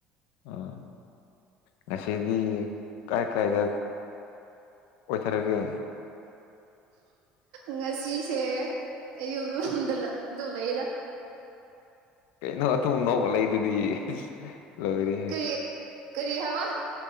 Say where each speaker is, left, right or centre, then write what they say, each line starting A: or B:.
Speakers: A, on the left; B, on the right.
A: ꯑꯥ ꯉꯁꯤꯗꯤ ꯀꯥꯏ ꯀꯥꯏꯗ ꯑꯣꯏꯊꯔꯒꯦ
B: ꯉꯁꯤꯁꯦ ꯑꯌꯨꯝ ꯌꯗ ꯑꯗꯨꯝ ꯂꯩꯗ
A: ꯀꯩꯅꯣ ꯑꯗꯨꯝ ꯅꯣꯛꯒꯂꯗꯨꯗꯤ ꯂꯣꯏꯔ
B: ꯀꯔꯤ ꯀꯔꯤ ꯍꯥꯋꯥ